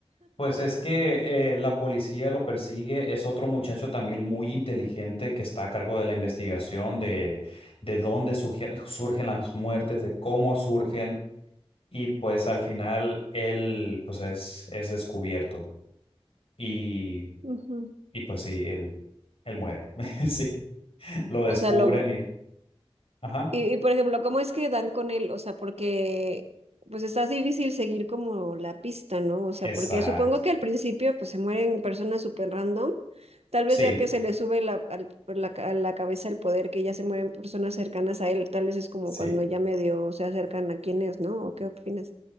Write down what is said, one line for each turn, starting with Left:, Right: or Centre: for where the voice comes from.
Left: Pues es que eh, la policía lo persigue, es otro muchacho también muy inteligente que está a cargo de la investigación de, de dónde surge- surgen las muertes, de cómo surgen y pues al final él pues es, es descubierto y,
Right: Ujú.
Left: y pues sí, él, él muere, <laughs> sí, lo descubren
Right: O sea, lo,
Left: y... Ajá,
Right: Y, y, por ejemplo, ¿cómo es que dan con él? O sea, porque pues está difícil seguir como la pista, ¿no? O sea,
Left: exacto,
Right: porque supongo que al principio pues se mueren personas súper random, tal
Left: sí,
Right: vez ya que se le sube la, al- por la ca- a la cabeza el poder, que ya se mueren personas cercanas a él, tal vez es como
Left: sí.
Right: cuando ya medio se acercan a quién es, ¿no? ¿O qué opinas?